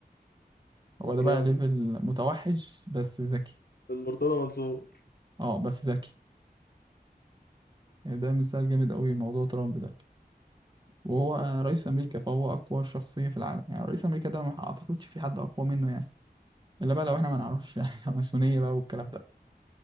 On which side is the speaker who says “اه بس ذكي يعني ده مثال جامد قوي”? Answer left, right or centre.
Right